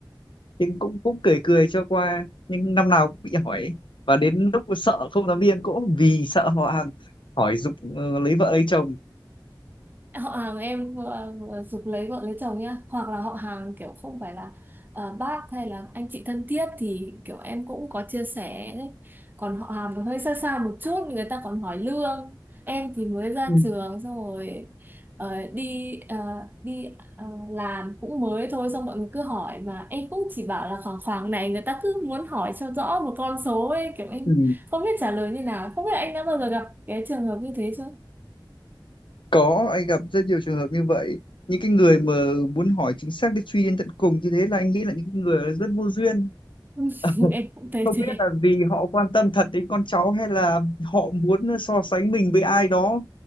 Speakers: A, on the left; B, on the right.
A: nhưng cũng cũng cười cười cho qua nhưng năm nào cũng bị hỏi và đến lúc sợ không dám viên cũng vì sợ họ hàng hỏi giục ờ, lấy vợ lấy chồng
B: họ hàng em vừa, giục lấy vợ lấy chồng nhá hoặc là họ hàng kiểu không phải là ờ, bác hay là anh chị thân thiết thì kiểu em cũng có chia sẻ đấy còn họ hàng thì hơi xa xa một chút người ta còn hỏi lương em thì mới ra
A: ừ.
B: trường xong rồi ờ, đi ờ, đi ờ, làm cũng mới thôi xong mọi người cứ hỏi mà em cũng chỉ bảo là khoảng khoảng này người ta cứ muốn hỏi cho rõ một con số ấy kiểu em
A: Ừ.
B: không biết trả lời như nào không biết anh đã bao giờ gặp cái trường hợp như thế chưa
A: có anh gặp rất nhiều trường hợp như vậy những cái người mà muốn hỏi chính xác để truy đến tận cùng như thế là anh nghĩ là những người rất vô duyên
B: <laughs>
A: <laughs>
B: em cũng thấy
A: không
B: thế
A: biết là vì họ quan tâm thật đến con cháu hay là họ muốn so sánh mình với ai đó